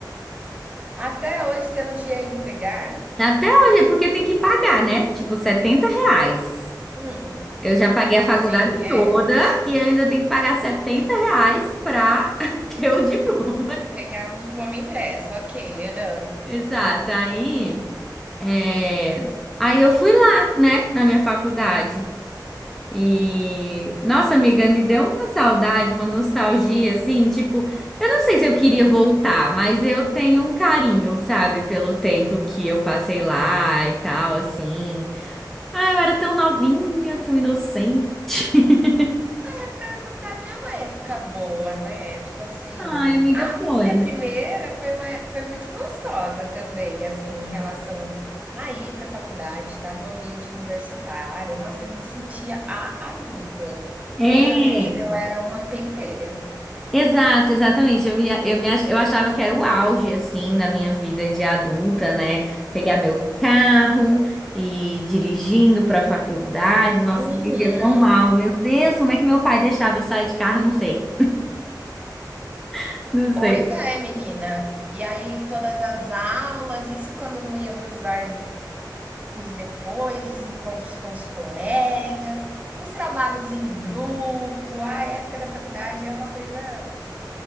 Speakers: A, on the right; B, in the centre.
A: Até hoje você não tinha ido pegar?
B: Até hoje, porque tem que pagar, né? Tipo, 70 reais.
A: Hum,
B: Eu já paguei a faculdade
A: sim, é.
B: toda e eu ainda tenho que pagar 70 reais pra <laughs> ter o diploma.
A: Pegar um diploma impresso, ok. ah.
B: Exato. Aí. É, Aí eu fui lá, né, na minha faculdade. E, nossa, amiga, me deu uma saudade, uma nostalgia, assim, tipo, eu não sei se eu queria voltar, mas eu tenho um carinho, sabe, pelo tempo que eu passei lá e tal, assim. Ah, eu era tão novinha, tão inocente. <laughs>
A: A época da faculdade é uma época boa, né? Tipo assim,
B: Ai, amiga,
A: a
B: foi.
A: minha primeira foi, uma, foi muito gostosa também, assim, em relação a ir pra faculdade, estar num ambiente universitário. Nossa, eu me sentia a adulta.
B: É.
A: Hoje eu vejo que eu era uma pentelha.
B: Exato, exatamente. Eu me, eu me, ach- eu achava que era o auge, assim, da minha vida de adulta, né? Pegar meu carro e ir dirigindo para a faculdade. Nossa,
A: Uhum.
B: eu dirigia tão mal. Meu Deus, como é que meu pai deixava eu sair de carro? Eu não sei. <laughs> Não
A: Pois
B: sei.
A: é, menina. E aí, todas as aulas, isso quando eu não ia para os barzinhos depois, os encontros com os colegas, os trabalhos em grupo, a época da faculdade é uma coisa